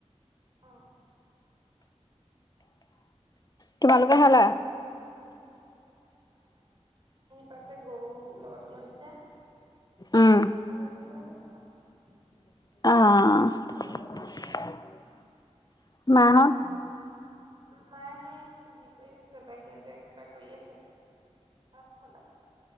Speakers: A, on the right; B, on the left.
A: অ'।
B: <inaudible> তোমালোকে খালা?
A: পাছে গৰু লগতে লৈ অহিছে,
B: উম
A: আগে পিছে হ'লে কথা নাই।
B: অ', অ'। মাহঁত
A: মায়ে হে হেৰি কৰি আছে, বাহিৰতে কিবা কৰি আছে। পাছফালে।